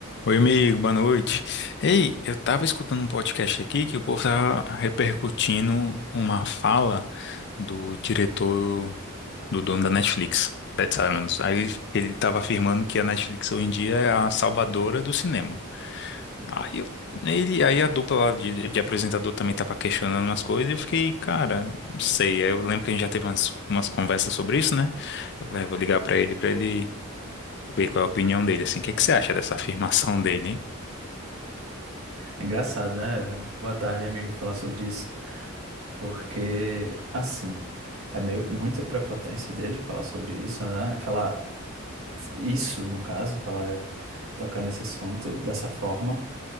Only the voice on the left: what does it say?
Oi, amigo, boa noite. Ei, eu tava escutando um podcast aqui que o povo tava repercutindo uma fala do diretor, do dono da Netflix, Ted Sarandos. Aí ele tava afirmando que a Netflix hoje em dia é a salvadora do cinema. Aí eu, ele, aí a dupla lá de, de apresentador também tava questionando umas coisas e eu fiquei, cara, não sei. Aí eu lembro que a gente já teve umas, umas conversas sobre isso, né? Eu falei, "Ah, eu vou ligar pra ele, pra ele ver qual é a opinião dele, assim. O que que você acha dessa afirmação dele, hein?